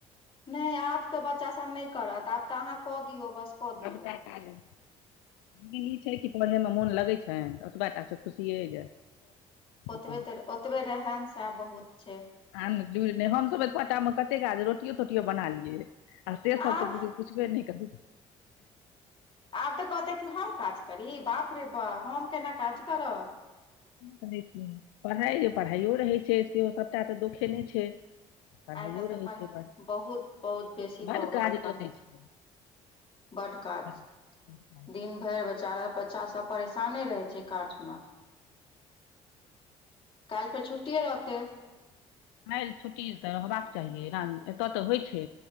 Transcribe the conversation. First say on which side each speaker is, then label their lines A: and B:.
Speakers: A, on the left (about 35°); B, on the left (about 85°).
A: नहि आब तऽ बच्चा सभ नहि करत आब तऽ अहाँ कऽ दियौ बस। कऽ दियौ
B: अब तक। ई छै कि पढ़ैमे मोन लगै छनि, ओतबे टासँ खुशियै छै जे।
A: ओतबे
B: अपन
A: तऽ ओतबे रहन सह बहुत छै।
B: आ नहि, हमसभ फोटोमे कतेक आ रोटियो-टोटियो बना लियै आ से सभ
A: आब
B: तऽ बुझै छी। किछु बेर ने कभू।
A: आब तऽ कहते कि हम काज करी बाप रे बाप हम केना काज करब।
B: करै छियै पढ़ाइ पढ़ाइयो रहै छै से सभटा तऽ दुोखे नहि छै। पढ़ाइयो
A: आइ काल्हि तऽ
B: रहै
A: पढ़ा
B: छै बड
A: बहुत बहुत बेसी
B: बड
A: भऽ गेलै
B: काज
A: पढ़ा।
B: दऽ दै छै
A: बड़ काज।
B: लगैया
A: दिन भरि बेचारा बच्चा सभ परेशाने रहे छै काज मे। कल फेर छुट्टी हे रहते।
B: खइ छुट्टी तऽ रहबाक चाहीना एतय तऽ होइ छै।